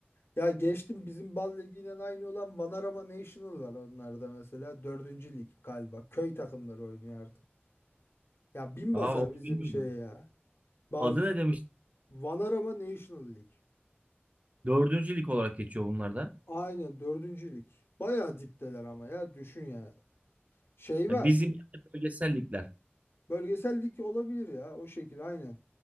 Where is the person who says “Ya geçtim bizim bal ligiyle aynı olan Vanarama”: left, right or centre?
Left